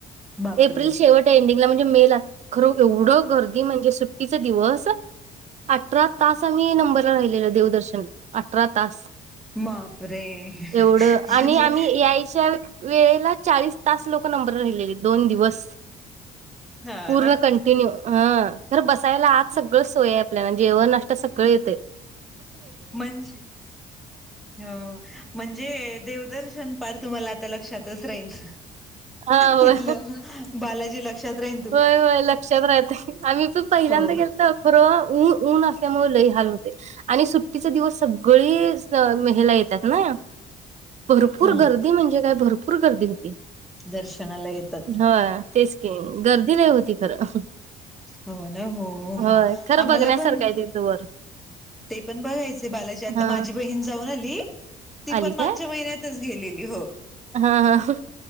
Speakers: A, in the centre; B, on the right.
A: बापरे.
B: एप्रिल शेवट एंडिंगला म्हणजे मे ला खरं एवढं गर्दी म्हणजे सुट्टीचा दिवस अठरा तास आम्ही नंबरला राहिलेला देवदर्शनला अठरा तास
A: बापरे म्हणजे
B: एवढं आणि आम्ही यायच्याचा वेळेला चाळीस तास लोक नंबर राहिलेले दोन दिवस.
A: हा
B: पूरण
A: ना
B: कंटिन्यू हं तर बसायला आज सगळं सोय आपल्याला जेवण नाष्ट सगळे येते
A: म्हणजे ह म्हणजे देवदर्शन पार तुम्हाला लक्षात राहील
B: हा होय.
A: तिथं बालाजी लक्षात राहीण
B: होय होय लक्षात राहते आम्ही पण पहिल्यांदा
A: हो.
B: गेलो तो खरंतर ऊन ऊन असल्यामुळेलही लय हो आणि सुट्टीचा दिवस सगळे मे ला येतात ना भरपूर
A: हम्म
B: गर्दी म्हणजे काय भरपूर गर्दी होती
A: दर्शनाला येतात
B: हा तेच क गर्दी लय होती खरं
A: हो ना हो
B: होय खरं
A: आम्हाला
B: बघण्यासारखं
A: पण
B: आहे तिथं वर.
A: ते पण बघायचे बालाजी आता
B: हा.
A: माझी बहीण जाऊन आली ती
B: आली
A: पण मागच्या
B: काय?
A: महिन्यातच गेलेली हो.
B: हा हा